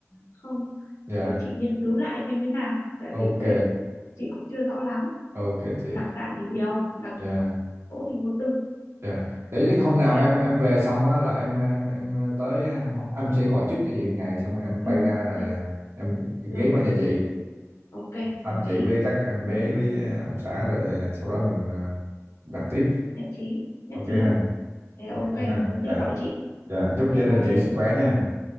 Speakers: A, on the left; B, on the right.
A: không.
B: dạ
A: Rồi chị nghiên cứu lại xem thế nào. Tại
B: ok
A: vì đấy, chị cũng chưa rõ lắm.
B: ok chị
A: Đặc sản thì nhiều, đặc
B: dạ
A: cỗ thì vô tư.
B: dạ để chứ hôm
A: Với
B: nào
A: lại,
B: em em về xong á là em em em tới em, em sẽ gọi trước cho chị một ngày xong rồi em
A: ừ,
B: bay ra rồi
A: được,
B: à, em
A: được.
B: ghé qua nhà chị
A: Ok, đồng
B: thăm
A: ý.
B: chị với các em bé với ờ, ông xã rồi ờ, sau đó mình ờ, bàn tiếp
A: Nhất trí, nhất
B: ok
A: trí.
B: ha
A: Thế ok,
B: ok chị ha
A: có gì
B: dạ
A: gọi chị.
B: dạ
A: ok
B: chúc gia đình
A: ba em
B: chị sức khỏe nha